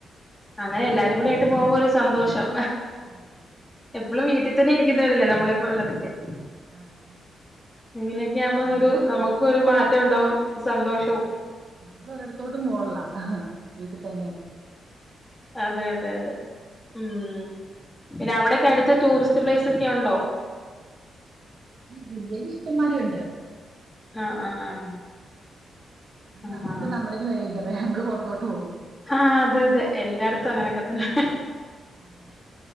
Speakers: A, on the left; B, on the right.
A: അങ്ങനെ എല്ലാരും കൂടി ആയിട്ട് പോകുമ്പോ ഒരു സന്തോഷം
B: ആഹ് സന്തോഷം
A: നമ്മള് വീട്ടിൽ തന്നെ ഇരിക്കുന്നവരല്ലേ നമ്മളെപ്പോലെ ഉള്ളവരൊക്കെ
B: ആഹ്
A: ഇങ്ങനെയൊക്കെയാകുമ്പോ
B: നമ്മ
A: ഒരു നമുക്കൊരു
B: ആഹ് നമ്മൾ
A: മാറ്റം ഉണ്ടാവും സന്തോഷവും
B: ആഹ് നമ്മൾ ഒരിടത്തോട്ടും പോണില്ല വീട്ടിൽ തന്നെ
A: അതെ അതെ അതെ ഉം പിന്നെ അവിടെക്കെ അടുത്ത് ടൂറിസ്റ്റ് പ്ലൈസ് ഒക്കെ ഉണ്ടോ?
B: ജില്ലയില് ഇഷ്ടംമാരി ഉണ്ട്
A: ആഹ് ആഹ് ആഹ് ആഹ്
B: നമ്മുക്ക്
A: ആഹ്
B: നമ്മടേതിന് വിലയില്ല നമ്മള് പുറത്തോട്ട് പോകും
A: ആഹ് അതെ അതെ എല്ലാട്ത്തും അങ്ങനെയൊക്കെത്തന്നെ
B: ആഹ്